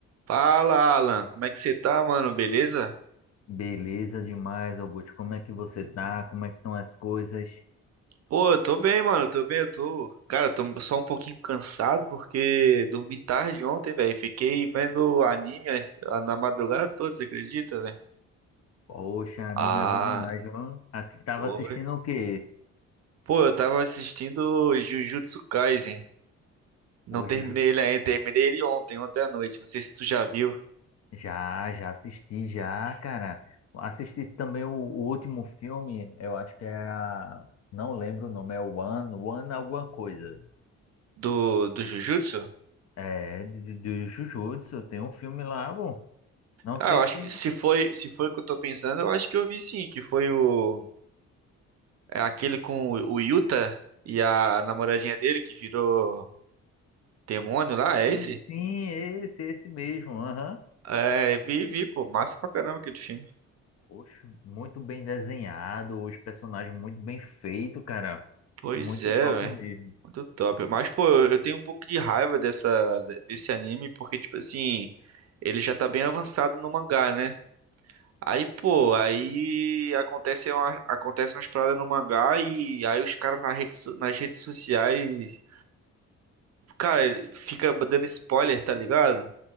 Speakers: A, on the right (about 55°); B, on the left (about 55°).
A: Fala, Alan. Como é que você tá, mano? Beleza?
B: Beleza demais, Augusto. Como é que você tá? Como é que estão as coisas?
A: Pô, eu tô bem, mano. Eu tô bem. Eu tô, cara, eu tô só um pouquinho cansado porque dormi tarde ontem, velho. Fiquei vendo anime eh, na madrugada toda, você acredita, velho?
B: Poxa, anime
A: Ah,
B: é bom demais, viu? Assi- Tava
A: foi.
B: assistindo o quê?
A: Pô, eu tava assistindo Jujutsu Kaisen. Não
B: Hoje
A: terminei
B: o Ju-
A: ele ainda. Terminei ele ontem, ontem à noite. Não sei se tu já viu
B: já, já assisti, já, cara. Assisti também o, o último filme, eu acho que era. Não lembro o nome, é One, One alguma coisa.
A: do do Jujutsu.
B: É, de, de de Jujutsu, tem um filme lá, bom. Não
A: Ah,
B: sei
A: eu
B: se
A: acho
B: tem.
A: que se foi, se foi o que eu tô pensando, eu acho que eu vi sim, que foi o É aquele com o o Yuta e a namoradinha dele que virou demônio lá, é
B: Sim,
A: esse?
B: sim, esse, esse mesmo. Aham.
A: É, vi, vi, pô, massa pra caramba aquele filme.
B: Oxe, muito bem desenhado, os personagens muito bem feitos, cara.
A: Pois
B: Muito
A: é,
B: top
A: velho.
B: mesmo.
A: Muito top. Mas, pô, eu tenho um pouco de raiva dessa, desse anime, porque, tipo assim, ele já tá bem avançado no mangá, né? Aí, pô, aí acontece uma, acontece umas paradas no mangá e aí os caras na rede, so- nas redes sociais, cara, ele fica dando spoiler, tá ligado?